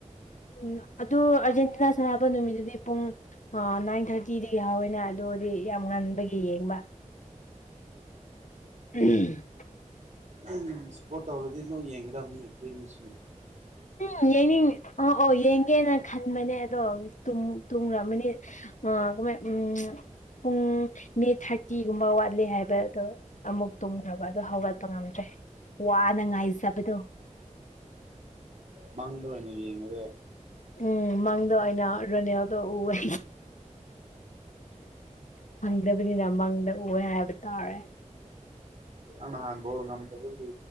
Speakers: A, on the left; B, on the right.
A: ꯎꯝ ꯑꯗꯨ ꯑꯥꯔꯖꯦꯟꯇꯤꯅꯥ ꯁꯥꯟꯅꯥꯕ ꯅꯨꯃꯤꯠꯇꯨꯗꯤ ꯄꯨꯡ ꯑ ꯅꯥꯏꯟ ꯊꯥꯔꯇꯤꯗꯒꯤ ꯌꯥꯎꯋꯦꯅꯦ ꯑꯗꯨ ꯑꯣꯗꯤ ꯌꯥꯝ ꯉꯟꯕꯒꯤ ꯌꯦꯡꯕ ꯎꯝ
B: ꯎꯝ ꯁꯞꯄꯣꯔꯠ ꯇꯧꯔꯗꯤ ꯂꯣꯏ ꯌꯦꯡꯒꯗꯕꯅꯦ ꯊꯦꯡꯂꯁꯨ
A: ꯎꯝ ꯌꯦꯡꯅꯤꯡ ꯑꯣ ꯑꯣ ꯌꯦꯡꯒꯦꯅ ꯈꯟꯕꯅꯦ ꯑꯗꯣ ꯇꯨꯝ ꯇꯨꯝꯔꯝꯃꯅꯤ ꯑ ꯀꯃꯥꯏ ꯎꯝ ꯄꯨꯡ ꯃꯤ ꯊꯥꯔꯇꯤꯒꯨꯝꯕ ꯋꯥꯠꯂꯤ ꯍꯥꯏꯕ ꯑꯗꯣ ꯑꯃꯨꯛ ꯇꯨꯝꯈ꯭ꯔꯕ ꯑꯗꯨ ꯍꯧꯒꯠꯄ ꯉꯝꯗ꯭ꯔꯦ ꯋꯥꯅ ꯉꯥꯏꯖꯕꯗꯣ
B: ꯃꯪꯗ ꯑꯣꯏꯅ ꯌꯦꯡꯉꯒꯦ
A: ꯎꯝ ꯃꯪꯗ ꯑꯣꯏꯅ ꯔꯣꯅꯦꯜꯗꯣ ꯎꯋꯦ ꯐꯪꯗꯕꯅꯤꯅ ꯃꯪꯗ ꯎꯋꯦ ꯍꯥꯏꯕ ꯇꯥꯔꯦ
B: ꯅꯪ ꯅꯍꯥꯟ ꯕꯣꯜ ꯉꯝꯗꯕꯒꯤ